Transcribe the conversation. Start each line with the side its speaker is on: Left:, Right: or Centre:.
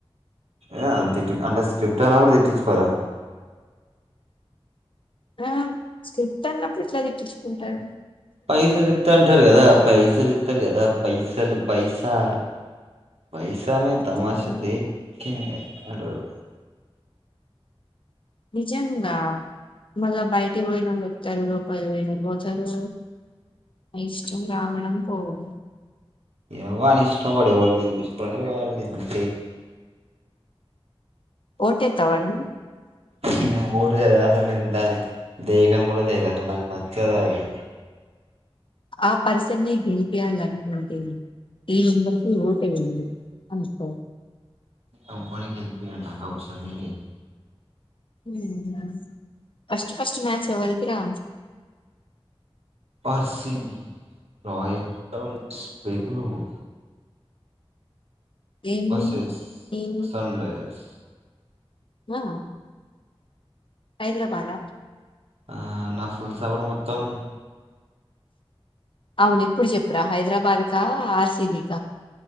Right: యా తిట్టు అంటే స్క్రిప్ట్ అయినప్పుడు తిట్టించుకోరా.
Left: ఆ స్క్రిప్ట్ అన్నప్పుడు ఇట్లా తిట్టిచుకుంటారు.
Right: పైసల్ రిత్తంటారు కదా పైసలు ఇత్తరు కదా పైసలు. పైసా పైసా మే
Left: అంతే
Right: తమాషా
Left: అండి
Right: డెక్ కే అంటరూ
Left: నిజంగా మళ్ళ బయటి పోయినోలు తరు రపాయినవతరు. ఇష్టం రావడం పోవడం.
Right: ఎవని ఇష్టం పడే వాళ్ళకి గెలిపించుకోంటే వాళ్ళుకిి.
Left: ఓటు యాతవ నువ్వు
Right: దీనమ్మ ఓట్ కాదు అసలు దేఖను కూడా దేఖను అసలు నచ్చదు అది.
Left: ఆ పర్సని గెరిపియాలనుకుంటే ఈ ఉందర్కి ఓటు వేయండి అంతే
Right: ఎవడిని గెలిపియాను నాకు అవసరమే లేదు.
Left: హ్మ్మ్ ఫస్ట్ ఫస్ట్ మచ్ ఏవలికిరా
Right: R C B, royal చాలంస్ Bengaluru
Left: ఏం
Right: వర్సెస్
Left: ఏమీ
Right: సన్ రైజర్స్
Left: ఆ హైదరాబాద
Right: ఆ నా ఫుల్ సపోర్ట్ మొత్తం
Left: అవును ఇప్పుడు చెప్పరా హైదరాబాద్ క, ఆర్ సి బి క